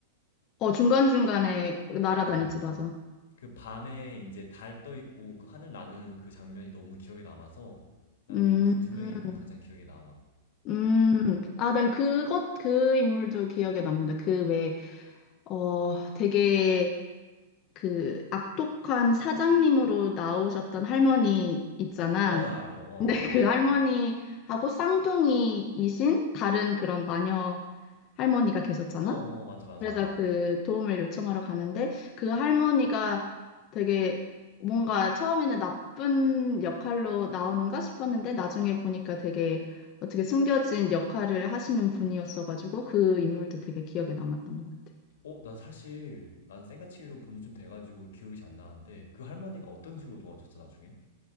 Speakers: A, on the left (about 30°); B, on the left (about 75°).
A: 어, 중간중간에 날아다녔지,
B: 어.
A: 맞아.
B: 그 밤에 이제 달 떠 있고 그 하늘 나는 그 장면이 너무 기억에 남아서 나는
A: 음,
B: 그 두 명의
A: 음,
B: 인물이 가장 기억에 남아.
A: 음. 아, 난 그것, 그 인물도 기억에 남는다. 그 왜, 어, 되게 그 악독한 사장님으로 나오셨던 할머니 있잖아.
B: 어, 나 알아. 어,
A: 근데
B: 기억나.
A: <laughs> 그 할머니하고 쌍둥이이신 다른 그런 마녀 할머니가 계셨잖아.
B: 어, 어, 어, 맞아, 맞아.
A: 그래서 그 도움을 요청하러 가는데 그 할머니가 되게 뭔가 처음에는 나쁜 역할로 나오는가 싶었는데 나중에 보니까 되게 어떻게 숨겨진 역할을 하시는 분이었어가지고 그 인물도 되게 기억에 남았던 것 같아.
B: 어, 나 사실 난 생가치로 본지 좀 돼가지고 기억이 잘 안 나는데 그 할머니가 어떤 식으로 도와줬어, 나중에?